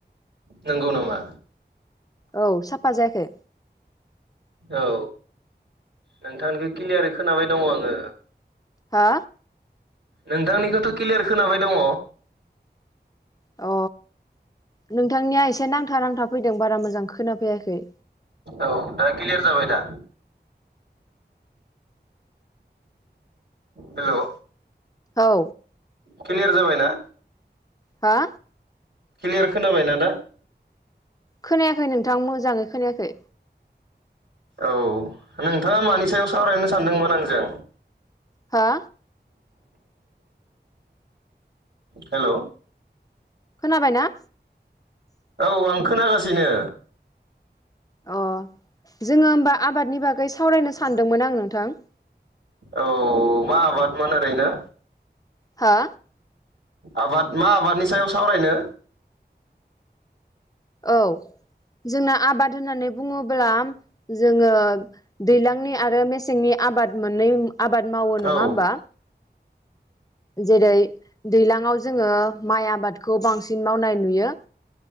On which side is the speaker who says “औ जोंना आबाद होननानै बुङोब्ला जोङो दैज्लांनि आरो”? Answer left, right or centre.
Left